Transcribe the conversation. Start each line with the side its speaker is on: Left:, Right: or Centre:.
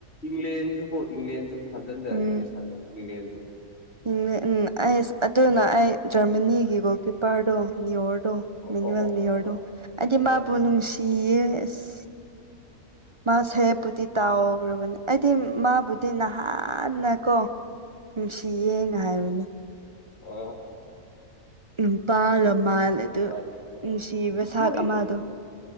Left: ꯏꯪꯂꯦꯟꯁꯨ ꯀꯣ ꯏꯪꯂꯦꯟꯁꯨ ꯐꯖꯅ
Right: ꯎꯝ
Left: ꯑꯗꯨ ꯁꯥꯟꯅ ꯏꯪꯂꯦꯟꯁꯤ
Right: ꯎꯝ ꯑꯩꯁ ꯑꯗꯨꯅ ꯑꯩ ꯖꯔꯃꯅꯤꯒꯤꯒꯣ ꯀꯤꯄꯔꯗꯣ ꯅꯤꯌꯣꯔꯗꯣ
Left: ꯑꯣ
Right: ꯃꯨꯋꯦꯜ
Left: ꯑꯣ ꯑꯣ
Right: ꯅꯤꯌꯣꯔꯗꯣ
Left: ꯑꯣ ꯑꯣ
Right: ꯍꯥꯏꯗꯤ ꯃꯥꯕꯨ
Left: ꯑꯣ
Right: ꯅꯨꯡꯁꯤ ꯄ ꯑꯦꯁ ꯃꯥꯁ ꯍꯦ ꯄꯨꯇ ꯇꯥꯎꯈ꯭ꯔꯕꯅꯦ ꯑꯩꯗꯤ ꯃꯥꯕꯨꯗꯤ ꯅꯍꯥꯟꯅ ꯀꯣ ꯅꯨꯡꯁꯤꯌꯦꯅ ꯍꯥꯏꯕꯅꯦ
Left: ꯑ
Right: ꯅꯨꯄꯥꯒ ꯃꯥꯜꯂꯦ ꯑꯗꯨ
Left: ꯈꯥꯏ ꯂꯩꯗ
Right: ꯅꯨꯡꯁꯤꯕ ꯁꯥꯛ
Left: ꯍ
Right: ꯑꯃꯗꯣ